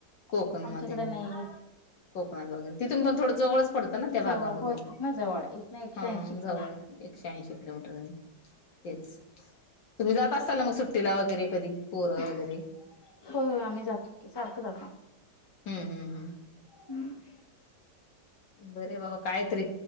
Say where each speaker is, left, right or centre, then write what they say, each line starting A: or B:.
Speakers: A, on the left; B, on the left.
A: कोकणमध्ये
B: आमच्याकडे नाही य
A: कोकणात वगैरे तिथून पण थोडं जवळच पडतं ना त्या भागामधून
B: जवळ हो इथन जवळ इथन एकशे
A: हा
B: ऐंशी किलोमीटर
A: जवळ एकशे ऐंशी किलोमीटर आहे तेच तुम्ही जात असताल ना मग सुट्टीला वगैरे कधी पोरं
B: हो
A: वगैरे
B: हो आम्ही जातो सारखं जातो
A: हम्म हम्म हम्म
B: हम्म
A: बरे बाबा कायतरी